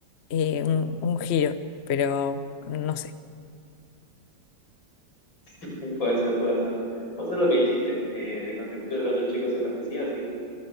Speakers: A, on the left (about 50°); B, on the left (about 80°).
A: eh, un, un giro, pero no sé.
B: <laughs> Puede ser, puede ser. Vos es lo que dijiste, eh, de contextura el otro chico se parecía, así que